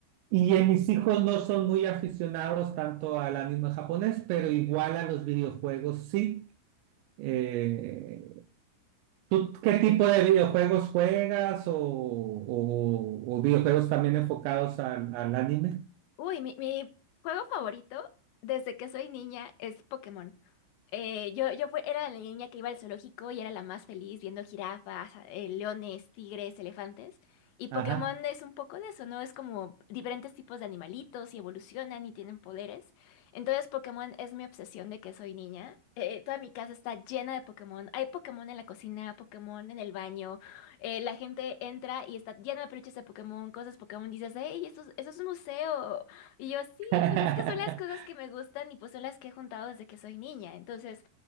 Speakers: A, on the right; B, on the left.
A: Y eh, mis hijos no son muy aficionados tanto al anime japonés, pero igual a los videojuegos sí. Eh, ¿tú qué tipo de videojuegos juegas o, o- o videojuegos también enfocados al, al anime?
B: Uy, mi, mi juego favorito desde que soy niña es Pokémon. Eh, yo, yo fue, era la niña que iba al zoológico y era la más feliz viendo jirafas, eh, leones, tigres, elefantes. Y Pokémon
A: Ajá.
B: es un poco de eso, ¿no? Es como diferentes tipos de animalitos y evolucionan y tienen poderes. Entonces Pokémon es mi obsesión de que soy niña. Eh, toda mi casa está llena de Pokémon. Hay Pokémon en la cocina, Pokémon en el baño. Eh, la gente entra y está llena de peluches de Pokémon, cosas Pokémon. Dices, hey, esto, es- esto es un museo y yo, sí,
A: <laughs>
B: pues es que son las cosas que me gustan y pues son las que he juntado desde que soy niña. Entonces,